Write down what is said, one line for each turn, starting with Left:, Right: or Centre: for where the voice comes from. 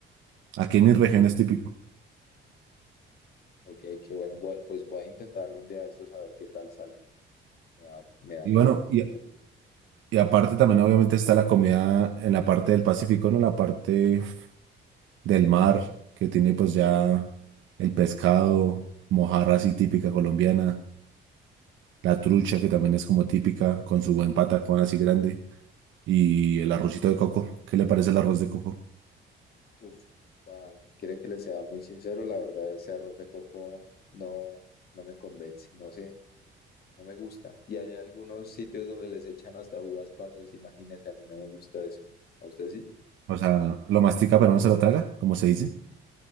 Right: Aquí en mi región es típico.
Left: Ok, qué bueno. voy- pues voy a intentarlo un día de estos a ver qué tal sale. Me da, me da
Right: Y
Left: miedo.
Right: bueno,
Left: que
Right: y,
Left: no me guste.
Right: y aparte también obviamente está la comida en la parte del Pacífico, ¿no? La parte del mar, que tiene pues ya el pescado, mojarra así típica colombiana, la trucha que también es como típica, con su buen patacón así grande, y el arrocito de coco. ¿Qué le parece el arroz de coco?
Left: Uf, pa- quiere que le sea muy sincero, la verdad, ese arroz de coco no, no me convence, no sé, no me gusta. Y hay algunos sitios donde les echan hasta uvas pasas, imagínese, a mí no me gusta eso. ¿A usted sí?
Right: O sea, lo mastica pero no se lo traga, como se dice.